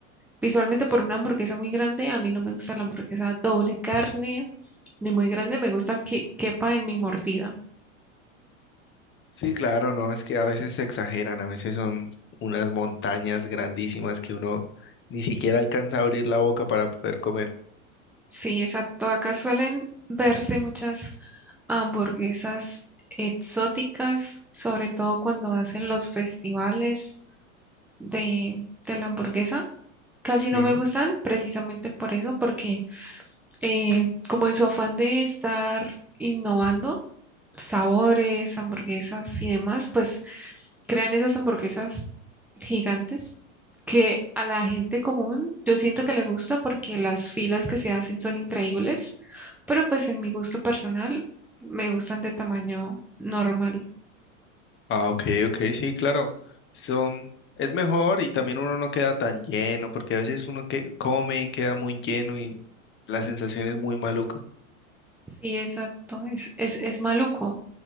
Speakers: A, in the centre; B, on the left (about 30°).
A: visualmente por una hamburguesa muy grande. A mí no me gusta la hamburguesa doble carne, ni muy grande. Me gusta que quepa en mi mordida.
B: Sí, claro, no, es que a veces se exageran, a veces son unas montañas grandísimas que uno ni siquiera alcanza a abrir la boca para poder comer.
A: Sí, exacto. Acá suelen verse muchas hamburguesas exóticas, sobre todo cuando hacen los festivales de, de la hamburguesa. Casi
B: Sí.
A: no me gustan precisamente por eso, porque eh, como en su afán de estar innovando sabores, hamburguesas y demás, pues Crean esas hamburguesas gigantes que a la gente común yo siento que le gusta porque las filas que se hacen son increíbles, pero pues en mi gusto personal me gustan de tamaño normal.
B: Ah, ok, ok, sí, claro. Son, es mejor y también uno no queda tan lleno, porque a veces uno que come y queda muy lleno y la sensación es muy maluca.
A: Sí, exacto, es, es, es maluco,